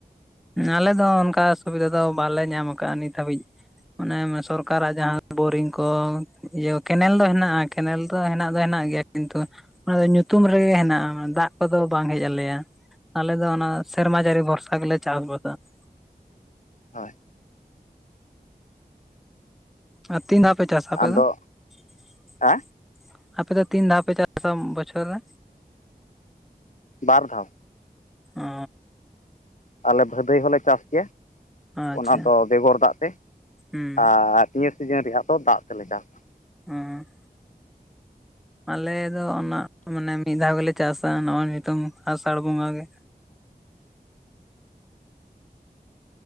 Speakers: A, in the centre; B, on the left.
A: ᱟᱞᱮ ᱫᱚ ᱚᱱᱠᱟ ᱥᱩᱵᱤᱫᱷᱟ ᱫᱚ ᱵᱟᱞᱮ ᱧᱟᱢ ᱟᱠᱟᱟᱜᱼᱟ ᱱᱤᱛ ᱦᱟᱹᱵᱤᱡ ᱚᱱᱮ ᱥᱚᱨᱠᱟᱨᱟᱜ ᱡᱟᱦᱟᱸ ᱵᱳᱨᱤᱝ ᱠᱚ <inaudible> ᱤᱭᱟᱹ ᱠᱮᱱᱮᱞ ᱫᱚ ᱦᱮᱱᱟᱜᱼᱟ ᱠᱮᱱᱮᱞ ᱫᱚ ᱦᱮᱱᱟᱜ ᱫᱚ ᱦᱮᱱᱟᱜ ᱜᱮᱭᱟ ᱠᱤᱱᱛᱩ ᱚᱱᱟ ᱫᱚ ᱧᱩᱛᱩᱢ ᱨᱮᱜᱮ ᱦᱮᱱᱟᱜᱼᱟ ᱫᱟᱜ ᱠᱚᱫᱚ ᱵᱟᱝ ᱦᱮᱡ ᱟᱞᱮᱭᱟ ᱟᱞᱮ ᱫᱚ ᱚᱱᱟ ᱥᱮᱨᱢᱟ ᱡᱟᱹᱨᱤ ᱵᱷᱚᱨᱥᱟ ᱜᱮᱞᱮ ᱪᱟᱥ ᱵᱟᱟᱥ <inaudible>
B: ᱦᱳᱭ <unintelligible>
A: ᱟᱨ ᱛᱤᱱ ᱫᱷᱟᱣ ᱯᱮ ᱪᱟᱥᱟ ᱟᱯᱮ
B: ᱟᱫᱚ
A: ᱫᱚ <inaudible>
B: ᱦᱮᱸ
A: ᱟᱯᱮ ᱫᱚ ᱛᱤᱱ ᱫᱷᱟᱣ ᱯᱮ ᱪᱟᱥᱟ ᱵᱚᱪᱷᱚᱨ ᱨᱮ
B: ᱵᱟᱨ ᱫᱷᱟᱣ
A: ᱚ
B: ᱟᱞᱮ ᱵᱷᱟᱹᱫᱟᱹᱭ ᱦᱚᱸᱞᱮ ᱪᱟᱥ ᱜᱮᱭᱟ
A: ᱟᱪᱪᱷᱟ
B: ᱚᱱᱟ ᱫᱚ ᱵᱮᱜᱚᱨ ᱫᱟᱜ ᱛᱮ
A: ᱦᱩᱸ
B: ᱟᱨ ᱱᱤᱭᱟᱹ ᱥᱤᱡᱤᱱ ᱨᱮᱭᱟᱜ ᱫᱚ ᱫᱟᱜ ᱛᱮᱞᱮ ᱪᱟᱥᱟ
A: ᱚᱸ <inaudible> ᱟᱞᱮ ᱫᱚ ᱚᱱᱟ ᱢᱟᱱᱮ ᱢᱤᱫ ᱫᱷᱟᱣ ᱜᱮᱞᱮ ᱪᱟᱥᱟ ᱱᱚᱜᱼᱚᱭ ᱱᱤᱛᱚᱝ ᱟᱥᱟᱲ ᱵᱚᱸᱜᱟ ᱜᱮ